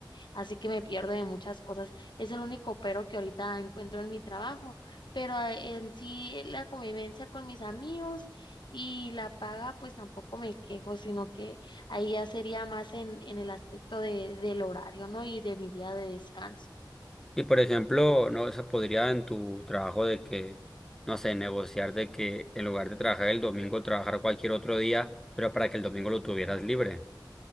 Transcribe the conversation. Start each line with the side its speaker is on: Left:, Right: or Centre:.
Left: así que me pierdo de muchas cosas, es el único pero que ahorita encuentro en mi trabajo, pero ah, en sí la convivencia con mis amigos y la paga pues tampoco me quejo, sino que ahí ya sería más en, en el aspecto de, del horario, ¿no? Y de mi día de descanso.
Centre: Y por ejemplo, no se podría en tu trabajo de que, no sé, negociar de que en lugar de trabajar el domingo, trabajar cualquier otro día, pero para que el domingo lo tuvieras libre.